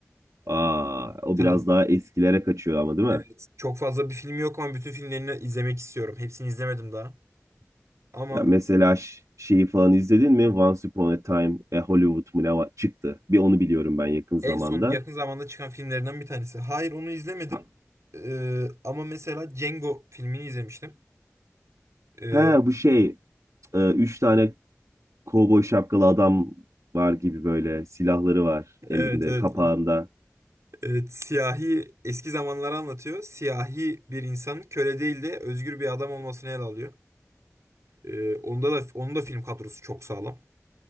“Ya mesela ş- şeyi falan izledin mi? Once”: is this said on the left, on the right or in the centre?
Right